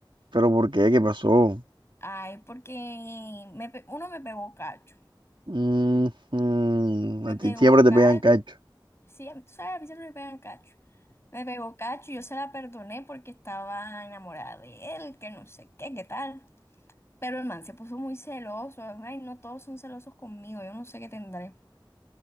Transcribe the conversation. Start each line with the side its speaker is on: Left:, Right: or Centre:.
Right: Pero ¿por qué? ¿Qué pasó?
Left: Ay, porque me pe- uno me pegó cacho.
Right: Mm, mm,
Left: Me
Right: a
Left: pegó
Right: ti siempre te
Left: cacho.
Right: pegan cacho.
Left: Sí, a mí- tú sabes, a mí siempre me pegan cacho. Me pegó cacho y yo se la perdoné porque estaba enamorada de él, que no sé qué, qué tal. Pero el man se puso muy celoso. Ay, no todos son celosos conmigo. Yo no sé qué tendré.